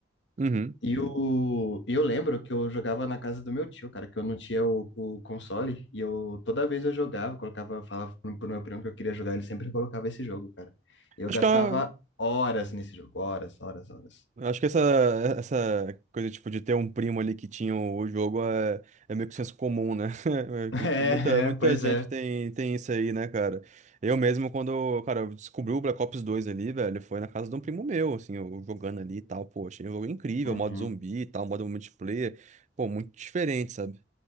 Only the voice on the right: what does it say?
Uhum.
Acho
que é uma-
Eu acho que essa, essa coisa, tipo, de ter um primo ali que tinha o jogo é, é meio que senso comum, né? <laughs>
É que
Muita, muita
gente
tem, tem isso aí, né, cara? Eu mesmo, quando, cara, eu descobri o Black Ops dois ali, velho, foi na casa de um primo meu, assim, eu jogando ali e tal, pô, achei um jogo incrível,
modo zumbi e tal, modo multiplayer, pô, muito diferente, sabe?